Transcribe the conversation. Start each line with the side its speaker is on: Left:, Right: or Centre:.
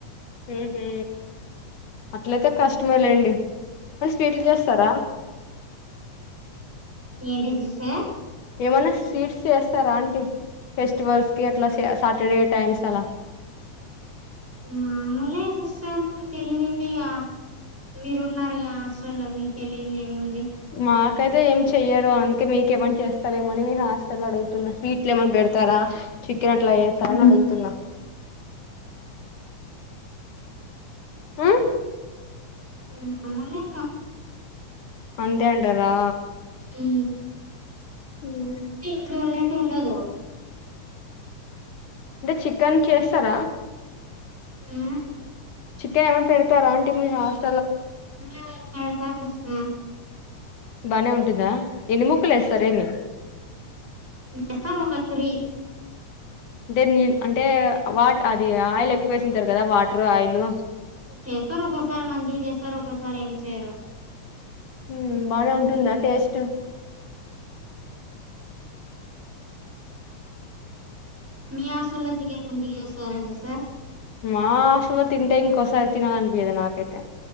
Left: ఉ హు అట్లయితే కష్టమే లేండి వాళ్లు స్వీట్లు చేస్తారా
Centre: ఏంటి సిస్టర్
Left: ఏమైన్నా స్వీట్స్ చేస్తారా ఆంటీ ఫెస్టివల్స్ కి అట్లా సాటర్డే టైమ్స్ అలా <inaudible>
Centre: మామూలే సిస్టర్ తెలుగు అంతేగా మీరు ఉన్నారు గా హాస్టల్లో మీకు తెలియంది ఏముంది
Left: మాకైతే ఏం చెయరు అందుకే మీకేమని చేస్తారు ఏమని మీరు హాస్టల్ లో అడుగుతున్నా స్వీట్లు ఏమన్నా పెడతారా చికెన్ అట్లా చేస్తున్నారు అని అడుగుతున్నా ఉమ్
Centre: ఉ అమ్ములు ఇంకా
Left: అంతే అంటారా
Centre: ఉ
Left: ఉమ్
Centre: ఇంట్లో ఉన్నట్టు ఉండదు
Left: అంటే చికెన్ చేస్తారా
Centre: ఉ
Left: చికెన్ ఏమన్నా పెడతారా ఆంటీ మీ హాస్టల్లో
Centre: ఆ పెడతారు సిస్టర్
Left: బానే ఉంటుందా ఎన్ని ముక్కలు వేస్తారు ఎన్ని
Centre: వేస్తారు ఒక త్రీ
Left: అంటే నీళ్ళ అంటే వా అది ఆయిల్ ఎక్కువ వేసింటారు కదా వాటర్ ఆయిల్
Centre: చేస్తారు ఒక్కోసారి మంచిగా చేస్తారు ఒక్కోసారి ఏం చేయరు
Left: ఉమ్ బానే ఉంటుందా టేస్ట్
Centre: మీ హాస్టల్లో చికెన్ మంచిగా చేస్తారా సిస్టర్.
Left: మా హాస్టల్లో తింటే ఇంకొసారి తినాలి అనిపియదు నాకైతే